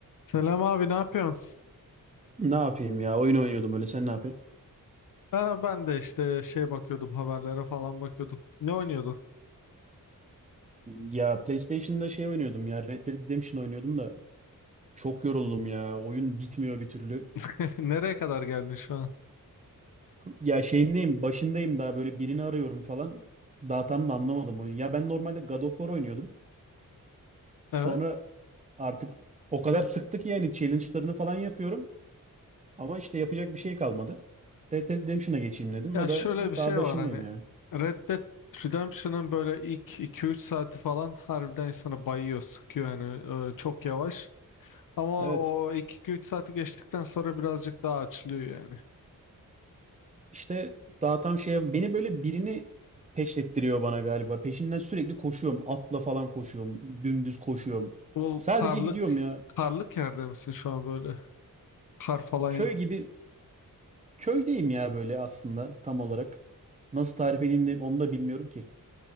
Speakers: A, on the left (about 70°); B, on the right (about 20°).
A: Selam abi ne yapıyorsun?
B: Ne yapayım ya? Oyun oynuyordum öyle. Sen ne yapıyorsun?
A: Ha, ben de işte şey bakıyordum haberlere falan bakıyordum. Ne oynuyordun?
B: Ya PlayStation'da şey oynuyordum ya. Red Dead Redemption oynuyordum da çok yoruldum ya. Oyun bitmiyor bir türlü.
A: <laughs> Nereye kadar geldin şu an?
B: Ya şeyindeyim, başındayım daha böyle birini arıyorum falan. Daha tam da anlamadım oyunu. Ya ben normalde God of War oynuyordum.
A: Evet.
B: Sonra artık o kadar sıktı ki yani challenge'larını falan yapıyorum. Ama işte yapacak bir şey kalmadı. Red Dead Redemption'a geçeyim dedim.
A: Ya
B: O
A: şöyle
B: da
A: bir şey
B: daha başındayım
A: var hani
B: ya.
A: Red Dead Redemption'ın böyle ilk iki üç saati falan harbiden insanı bayıyor, sıkıyor yani e, çok yavaş. Ama
B: Evet.
A: o ilk 2-3 saati geçtikten sonra birazcık daha açılıyor yani.
B: İşte daha tam şey beni böyle birini peşlettiriyor bana galiba. Peşinden sürekli koşuyorum. Atla falan koşuyorum. Dümdüz koşuyorum.
A: Bu
B: Sadece
A: karlık
B: gidiyorum ya.
A: karlık yerde misin şu an böyle? Kar falan
B: Köy gibi köydeyim ya böyle aslında tam olarak. Nasıl tarif edeyim de onu da bilmiyorum ki.